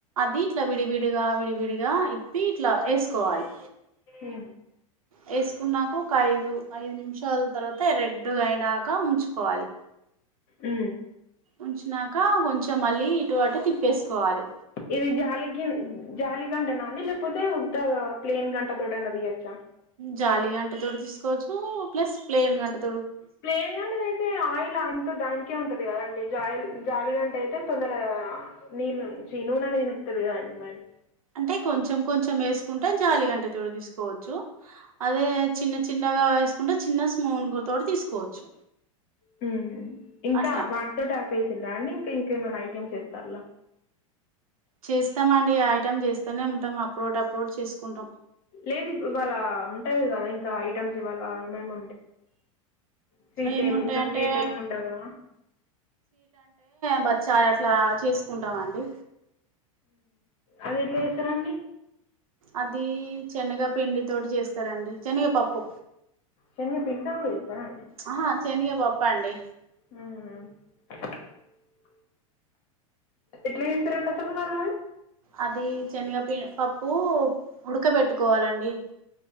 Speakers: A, on the right; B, on the left.
A: దీంట్ల విడివిడిగా విడివిడిగా ఇప్పి ఇట్లా వేసుకోవాలి
B: ఉ
A: వేసుకున్నాక ఒక ఐదు ఐదు నిమిషాల తర్వాత రెడ్ అయినాక ఉంచుకోవాలి
B: ఆ
A: ఉంచినాక కొంచెం మళ్ళీ ఇటువటు తిప్పేసుకోవాలి
B: ఇది జాలి జాలి గంటనే ఉంది లేకపోతే ఉ ప్లేన్ గంట తోదిగచ్చా
A: జాలి గంటతో తీసుకోవచ్చు ప్లస్ ప్లేన్ గంటతో
B: ప్లైన్ గంట అయితే ఆయిల్ అంత దా ఉంటది కదా అండి జ జాలిగాంటే అయితే తొందర నీళ్ళు నీళ్లు పిలుస్తాది కదండి మరి
A: అంటే కొంచెం కొంచెం ఏసుకుంటే జాలి గంట తోటి తీసుకోవచ్చు. అదే చిన్న చిన్నగా ఏసుకుంటే చిన్న స్మూన్ గు తోటి తీసుకోవచ్చు.
B: హ్మ్ ఇంకా
A: అట్లా
B: వాటితోటె ఆపేసిన్రా అండి? ఇంక్ పి ఇంకేమైనా ఐటమ్స్ చేస్తాల్లా?
A: చేస్తమండి ఐటం చేస్తనే ఉంటాం, అప్పుడోటి అప్పుడోటి చేసుకుంటాం.
B: లేదిపుడు ఇవాళ అన్ ఉంటది కద ఇంకా ఐటమ్స్ ఇవాళ ఏమేమ్ స్వీట్
A: ఏముంటాయంటే
B: ఏం ఇంకా స్వీట్ ఏం ఉండవా?
A: బచ్చాలట్లా చేసుకుంటామండి.
B: అది ఎట్లా చేస్తరండి?
A: అదీ శనగ పిండి తోటి చేస్తారండి శనగపప్పు.
B: శనగపిండితో కూడా చేస్తారా అండి
A: ఆ హా శనిగ పప్పండి.
B: ఉమ్ ఎట్ల చేస్తారండి అసలు మరి వారి
A: అదీ శనిగా పిన్ పప్ ప్పు ఉడకబెట్టుకోవాలండి